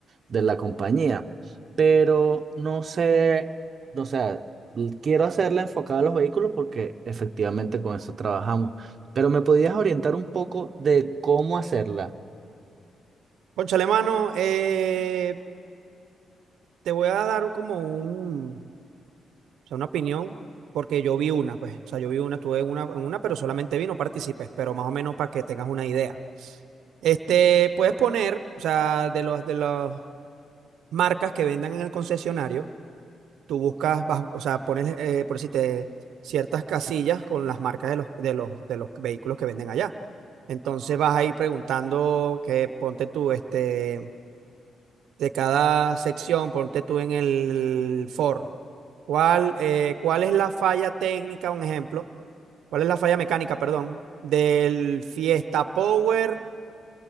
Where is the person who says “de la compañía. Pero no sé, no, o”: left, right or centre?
Right